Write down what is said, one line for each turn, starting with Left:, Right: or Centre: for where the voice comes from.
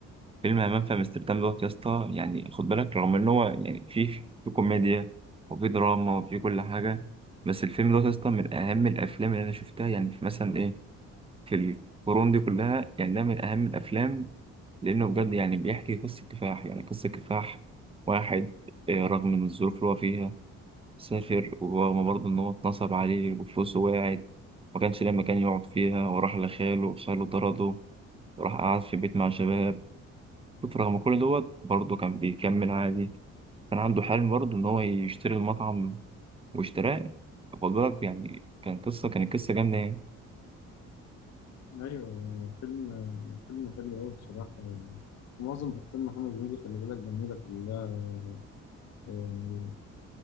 Right: فيلم همام في امستردام دوت يا اسطى يعني خد بالك رغم ان هو يعني فيه في كوميديا وفي دراما وفي كل حاجة بس الفيلم دوت يا اسطى من أهم الأفلام اللي أنا شفتها يعني في مثلا إيه في القرون دي كلها يعني ده من أهم الأفلام لأنه بجد يعني بيحكي قصة كفاح يعني قصة كفاح واحد آه، رغم من الظروف اللي هو فيها سافر ورغم برضه إن هو اتنصب عليه وفلوسه وقعت ما كانش ليه مكان يقعد فيها وراح لخاله وخاله طرده وراح قعد في بيت مع شباب شوف رغم كل دوت برضه كان بيكمل عادي كان عنده حلم برضه إن هو يشتري المطعم واشتراه خد بالك يعني كان قصة كانت قصة جامدة يعني
Left: أيوه فيلم فيلم حلو أوي بصراحة يعني معظم أفلام محمد هنيدي خلي بالك جميلة كلها يعني